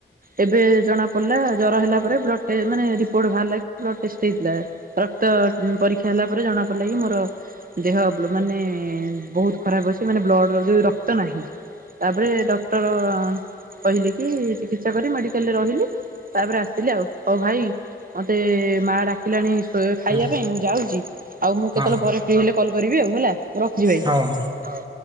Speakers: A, on the right (about 45°); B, on the right (about 20°).
A: ଏବେ ଜଣା ପଡ଼ିଲା ଜର ହେଲା ପରେ ବ୍ଲଡ଼ ଟେ ମାନେ ରିପୋର୍ଟ ବାହାରଲାକି ବ୍ଲଡ୍ ଟେଷ୍ଟ ହେଇଥିଲା ରକ୍ତ ପରୀକ୍ଷା ହେଲା ପରେ ଜଣା ପଡ଼ିଲା କି ମୋର ଦେହ ମାନେ ଏ ବହୁତ ଖରାପ ଅଛି ମାନେ ବ୍ଲଡ଼ ର ଯୁ ରକ୍ତ ନାହିଁ ତାପରେ ଡକ୍ଟର କହିଲେ କି ଚିକିତ୍ସା କରି ମେଡିକାଲରେ ରହିଲି ତାପରେ ଆସିଲେ ଆଉ ହଉ ଭାଇ ମତେ ମା ଡାକିଲାଣି ଶୋ ଖାଇବା
B: ହଁ
A: ପାଇଁ ମୁଁ ଯାଉଛି ଆଉ ମୁଁ
B: ହଉ
A: କେତେବେଳେ ପରେ ଫ୍ରି ହେଲେ କଲ କରିବି ଆଉ ହେଲା ମୁଁ ରଖୁଛି ଭାଇ।
B: ହଉ।